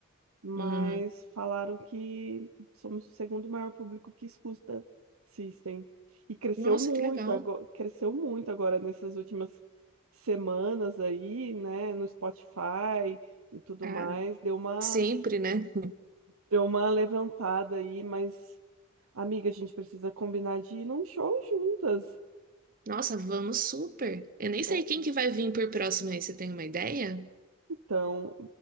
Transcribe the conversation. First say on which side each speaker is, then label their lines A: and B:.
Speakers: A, on the right (about 85°); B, on the right (about 40°).
A: mas
B: Hum.
A: falaram que somos o segundo maior público que escuta System. E cresceu
B: Nossa,
A: muito,
B: que legal.
A: agora, cresceu muito agora nessas últimas semanas aí, né, no Spotify e tudo
B: Ah,
A: mais, deu uma
B: sempre, né?
A: deu uma levantada aí, mas amiga, a gente precisa combinar de ir num show juntas.
B: Nossa, vamos super. Eu nem sei
A: É,
B: quem que vai vir por próximo aí, você tem uma ideia?
A: então,